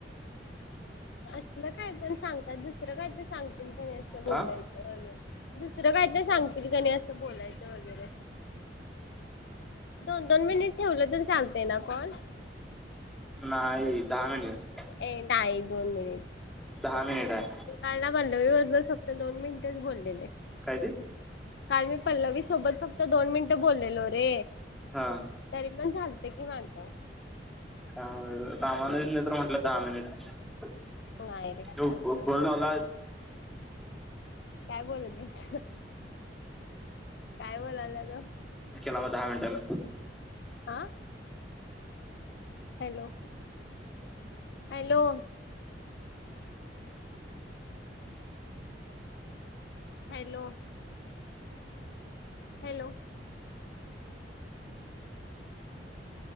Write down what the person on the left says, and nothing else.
असल काय पण सांगतात दुसरं काय तरी सांग तुम्ही पण हेच असलं बोलायचं
वगैरे दुसरं कायतरी सांगतील कनाय असं बोलायचं वगैरे, दोन, दोन मिनिट ठेवलं तरी चालतंय ना कॉल?
ए नाइ, दोन मिनिट.
मी काल ना पल्लवी बरबर फक्त दोन मिनटंच बोलेले.
काल मी पल्लवी सोबत फक्त दोन मिनिटं बोललेलो रे
तरी पण झालत कि माझं. <inaudible>
नाही रे असं
काय
काय बोलत बस, काय बोलायला तो?
आ हॅलो, हॅलो हॅलो, हॅलो